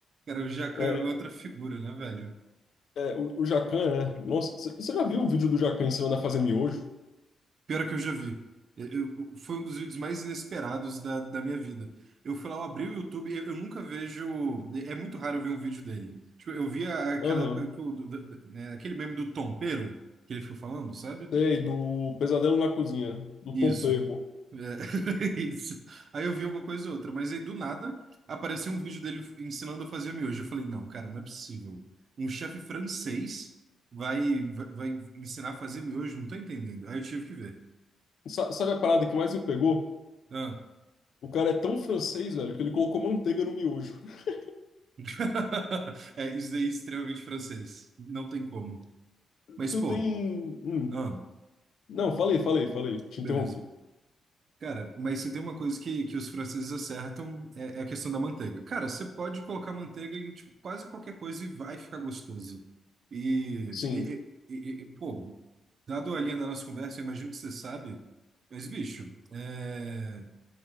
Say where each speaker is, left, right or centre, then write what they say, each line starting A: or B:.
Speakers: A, on the right; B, on the left.
A: Cara, o Jacan
B: É,
A: é outra figura, né, velho?
B: é, o, o Jacan é. Nossa, você você já viu o vídeo do Jacan ensinando a fazer miojo?
A: Pior que eu já vi. Eu- eu- foi um dos vídeos mais inesperados da, da minha vida. Eu fui lá, eu abri o YouTube, eu, eu nunca vejo. É muito raro eu ver um vídeo dele. Tipo, eu via aquela
B: Aham.
A: época que o- do- do- né, aquele meme do Tompeiro que ele ficou falando, sabe?
B: Sei, do Pesadelo na Cozinha, do
A: Isso.
B: Tom Perro.
A: É, <laughs> isso. Aí eu vi uma coisa ou outra, mas aí do nada apareceu um vídeo dele ensinando a fazer miojo. Eu falei, não, cara, não é possível. Um chefe francês vai, vai, vai ensinar a fazer miojo? Não tô entendendo. Aí eu tive que ver.
B: Sa- Sabe a parada que mais me pegou?
A: Ah.
B: O cara é tão francês, velho, que ele colocou manteiga no miojo. <laughs>
A: <laughs> É, isso daí é extremamente francês. Não tem como. Mas,
B: Tu
A: pô,
B: tem. hum.
A: ah,
B: Não, falei, falei, falei. Te
A: beleza.
B: interrompi.
A: Cara, mas se tem uma coisa que, que os franceses acertam é, é a questão da manteiga. Cara, você pode colocar manteiga em tipo, quase qualquer coisa e vai ficar gostoso. E,
B: Sim,
A: e, e- e- e, pô, dado a linha da nossa conversa, eu imagino que você sabe, mas bicho, é,